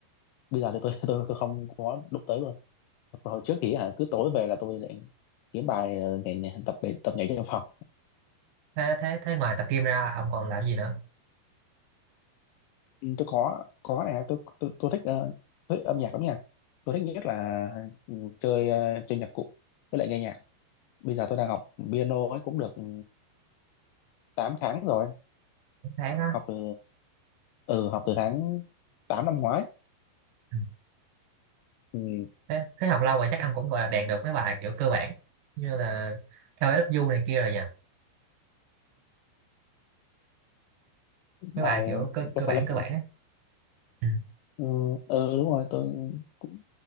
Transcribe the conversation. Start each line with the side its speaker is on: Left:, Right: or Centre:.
Left: bây giờ thì tôi <laughs> tôi tôi không có đụng tới luôn Còn hồi trước thì hả cứ tối về là tôi lại kiếm bài ờ, nhảy, nhảy tập để tập nhảy trong phòng
Right: thế thế thế ngoài tập gym ra ông còn làm gì nữa
Left: Ừ, tôi có có này tôi tôi, tôi thích ờ, thích âm nhạc lắm nha tôi thích nhất là ừ, chơi ờ, chơi nhạc cụ với lại nghe nhạc bây giờ tôi đang học piano ấy cũng được ừ, 8 tháng rồi
Right: Một tháng á
Left: học từ ừ, học từ tháng tám năm ngoái
Right: Ừ.
Left: ừ,
Right: thế, thế học lâu rồi chắc ông cũng gọi là đạt được mấy bài kiểu cơ bản như là theo lớp du này kia rồi nhỉ
Left: bài
Right: mấy bài kiểu cơ cơ
Left: có sai
Right: bản
Left: lầm
Right: cơ bản ấy ừ.
Left: Ờ, ờ, đúng rồi tôi cũng